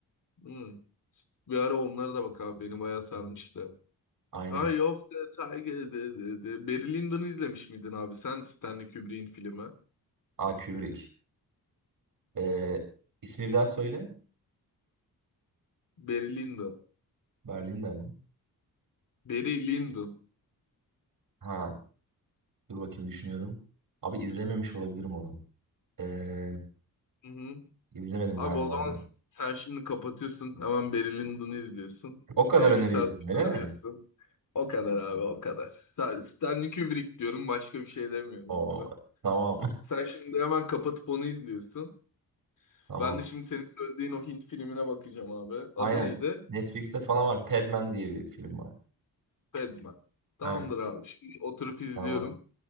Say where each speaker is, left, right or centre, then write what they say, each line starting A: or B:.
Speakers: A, on the left (about 55°); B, on the right (about 60°).
A: Hmm. Bir ara onlara da bak abi beni bayağı sarmıştı.
B: Aynen.
A: Eye of the Tiger. De, de, de. Barry Lyndon'u izlemiş miydin abi sen Stanley Kubrick'in filmi?
B: Aa Kubrick. Ee, ismi bir daha söyle.
A: Barry Lyndon.
B: Berlin'de mi?
A: Barry Lyndon.
B: Ha dur bakayım düşünüyorum. Abi izlememiş olabilirim onu. Ee,
A: Hı hı.
B: izlemedim
A: Abi
B: galiba.
A: o zaman s- sen şimdi kapatıyorsun. Hemen Barry Lyndon'u izliyorsun.
B: O kadar
A: Beni
B: öneriyorsun
A: bir saat sonra
B: öyle mi?
A: arıyorsun. O kadar abi o kadar. Sa- Stanley Kubrick diyorum başka bir şey demiyorum
B: O
A: abi.
B: tamam
A: Sen şimdi hemen kapatıp onu izliyorsun.
B: <laughs> tamam.
A: Ben de şimdi senin söylediğin o Hint filmine bakacağım abi. Adı
B: Aynen.
A: neydi?
B: Netflix'te falan var. Padman diye bir film var.
A: Padma. Tamamdır
B: Aynen.
A: abi. Şimdi oturup izliyorum.
B: Tamam.